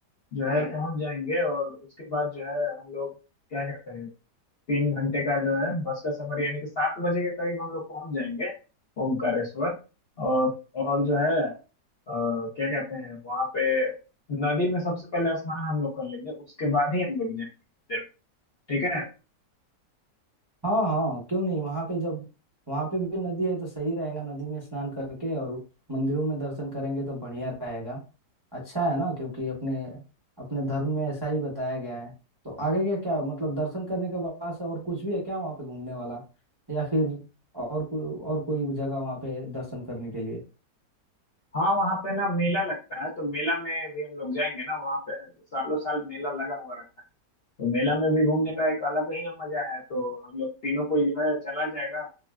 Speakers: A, on the left; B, on the right.
A: जो है पहुंच जाएंगे और उसके बाद जो है हम लोग क्या कहते हैं तीन घंटे का जो है बस का सफर यानी कि सात बजे के करीब हम लोग पहुंच जाएंगे ओमकारेश्वर और और जो है अ, क्या कहते हैं वहां पे नदी में सबसे पहले स्नान हम लोग कर लेंगे उसके बाद ही हम लोग जाएंगे मंदिर में, ठीक है
B: हाँ हाँ क्यों नहीं वहां पे जब वहां पे भी नदी है तो सही रहेगा नदी में स्नान करके और मंदिरों में दर्शन करेंगे तो बढ़िया रहेगा अच्छा है ना क्योंकि अपने अपने धर्म में ऐसा ही बताया गया है तो आगे क्या क्या मतलब दर्शन करने के बाद से और कुछ भी है क्या वहाँ पे घूमने वाला या फिर और कोई और कोई जगह वहाँ पे दर्शन करने के लिए
A: हाँ वहाँ पे ना मेला लगता है तो मेला में भी हम लोग जाएंगे ना वहाँ पे सालों साल मेला लगा हुआ रहता है तो मेला में भी घूमने का एक अलग ही मजा है तो हम लोग तीनों को जो है चला जाएगा